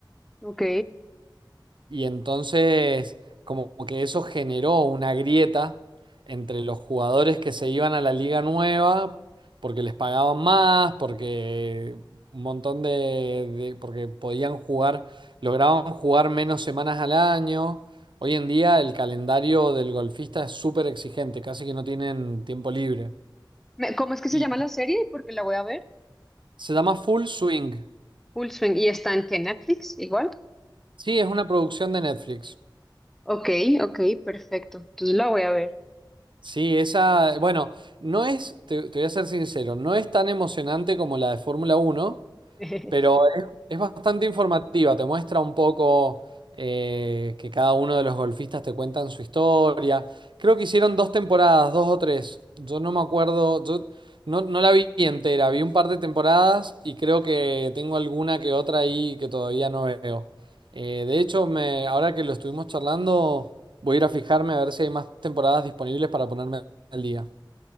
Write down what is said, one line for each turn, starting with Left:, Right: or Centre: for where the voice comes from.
Centre: Ok.
Right: Y entonces, como que eso generó una grieta entre los jugadores que se iban a la liga nueva porque les pagaban más, porque un montón de, de- porque podían jugar, lograban jugar menos semanas al año. Hoy en día el calendario del golfista es súper exigente, casi que no tienen tiempo libre.
Centre: Me- ¿Cómo es que se
Right: Y
Centre: llama la serie? Porque la voy a ver.
Right: se llama Full Swing.
Centre: Full Swing. ¿Y está en qué? ¿Netflix? Igual.
Right: Sí, es una producción de Netflix.
Centre: Ok, ok, perfecto. Entonces la voy a ver.
Right: Sí, esa, bueno, no es, te, te voy a ser sincero, no es tan emocionante como la de Fórmula uno.
Centre: <laughs>
Right: Pero es, es bastante informativa, te muestra un poco eh, que cada uno de los golfistas te cuentan su historia. Creo que hicieron dos temporadas, dos o tres. Yo no me acuerdo, yo no, no la vi entera, vi un par de temporadas y creo que tengo alguna que otra ahí que todavía no veo. Eh, de hecho, me, ahora que lo estuvimos charlando, voy a ir a fijarme a ver si hay más temporadas disponibles para ponerme al día.